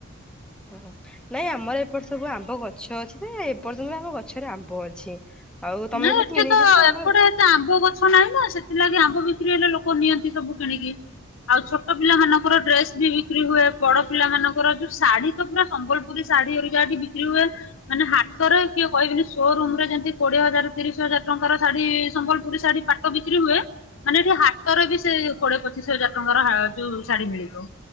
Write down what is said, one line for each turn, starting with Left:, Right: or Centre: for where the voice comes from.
Centre: ଓହୋ! ନାଇଁ ଆମର ଏପଟେ ସବୁ ଆମ୍ବ ଗଛ ଅଛି ଯେ, ଏପର୍ଯ୍ୟନ୍ତ ଆମ ଗଛରେ ଆମ୍ବ ଅଛି। ଆଉ ତମେ
Left: ନା
Centre: ଏପଟେ
Left: ଏଠି
Centre: କିଣିକି
Left: ତ
Centre: ଖାଉଛ ଆମର
Left: ଏପଟେ ଏତେ ଆମ୍ବ ଗଛ୍ ଛ ନାହିଁ ନା, ସେଥିଲାଗି ଆମ୍ବ ବିକ୍ରି ହେଲେ ଲୋକ ନିଅନ୍ତି ସବୁ କିଣିକି। ଆଉ ଛୋଟ ପିଲାମାନଙ୍କର ଡ୍ରେସ୍ ବି ବିକ୍ରି ହୁଏ। ବଡ଼ ପିଲା ମାନଙ୍କର ଯୋଉ ଶାଢୀ ତ ପୁରା ସମ୍ବଲପୁ ପୁରୀ ଶାଢୀ ହେରିକା ବିକ୍ରି ହୁଏ। ମାନେ ହାଟରେ କିଏ କହିବେନି ସୋରୁମ୍ ରେ ଯେମିତି କୋଡିଏ ହଜାର ତିରିଶ ହଜାର ଟଙ୍କାର ଶାଢୀ ସମ୍ବଲପୁରୀ ଶାଢୀ ପାଟ ବିକ୍ରି ହୁଏ। ମାନେ ଏଠି ହାଟରେ ବି ସେଇ କୋଡିଏ ପଚିଶ ହଜାର ଟଙ୍କାର ହା ଯୋଉ ଶାଢୀ ମିଳିବ।